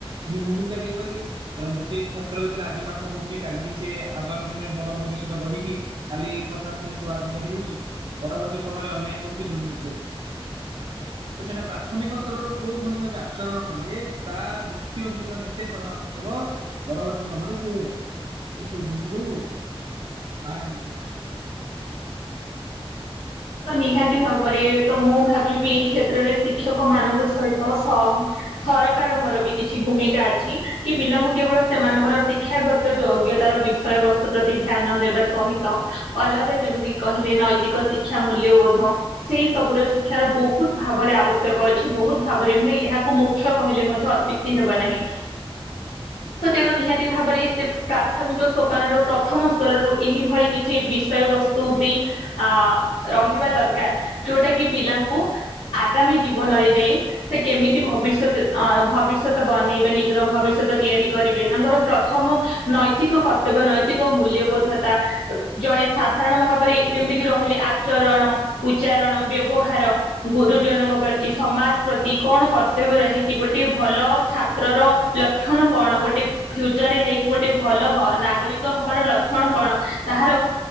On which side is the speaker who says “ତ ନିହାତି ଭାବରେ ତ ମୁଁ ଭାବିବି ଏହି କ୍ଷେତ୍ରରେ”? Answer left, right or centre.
Left